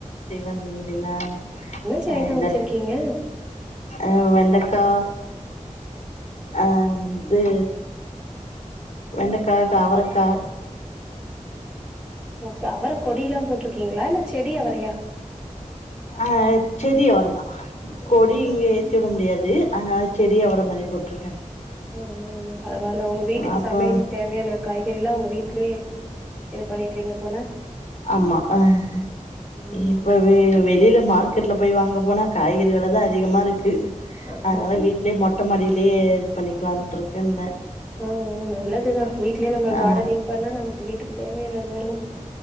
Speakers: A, on the left; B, in the centre.
A: டிஃபன் செஞ்சுட்டீங்கன்னா
B: செடிதா
A: அஹ் என்ன
B: வச்சிருக்கீங்க
A: அஹ் வெண்டக்கா அஹ் இது வெண்டைக்கா காவரைக்க
B: ஓ அவர கொடிய எல்லாம் போட்டு இருக்கீங்களா இல்ல செடியா வறையா
A: அஹ் செடி அவரதா
B: செடி
A: கோடி
B: அவர
A: இங்கே ஏற்றி விட முடியாது அதனால செடி அவர மாதிரி போட்டிருக்கேன்
B: உஹம் பரவாயில்ல உங்க வீட்டுக்கு
A: அப்றோ
B: சமையல் தேவையான தெரியிலா உங்க வீடலேயே இது பண்ணிட்டுறீங்க போன
A: ஆமா ஆஹ்
B: ம்
A: இப்ப
B: ம்
A: வெளியில மா மார்க்கெட்ல போய் வாங்க போனா காய்கறி விலதா அதிகமா இருக்கு
B: ஆமா
A: அதனால வீட்லயே மொட்ட மாடியிலேயே பண்ணிக்கலா ன்ட்ருக்கே ன்ன
B: ம் ம் நல்லதுதா வீட்லே நம்ம கார்டனிங்
A: ஆ
B: பண்ணா நமக்கு வீட்டுக்கு தேவையானது வரு